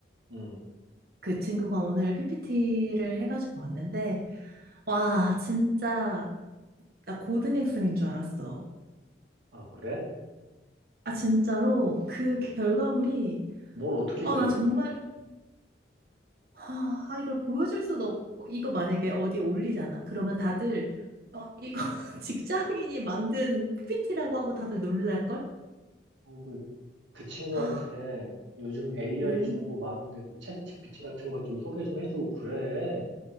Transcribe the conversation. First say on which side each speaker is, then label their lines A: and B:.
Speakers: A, on the right; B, on the right.
A: 응.
B: 그 친구가 오늘 PPT를 해가지고 왔는데, 와, 진짜, 나 고등학생인 줄 알았어.
A: 아, 그래?
B: 아, 진짜로, 그 결과물이,
A: 뭘 어떻게
B: 아,
A: 했길래?
B: 나 정말, 아, 이걸 보여줄 수도 없고, 이거 만약에 어디에 올리잖아? 그러면 다들, 어, 이거 <laughs> 직장인이 만든 PPT라고 하고 다들 놀랄걸?
A: 어, 그, 그 친구한테
B: 아,
A: 요즘 AI
B: 어.
A: 좋은 거 많은데 그 챗 GPT 같은 거 좀 소개 좀 해주고 그래.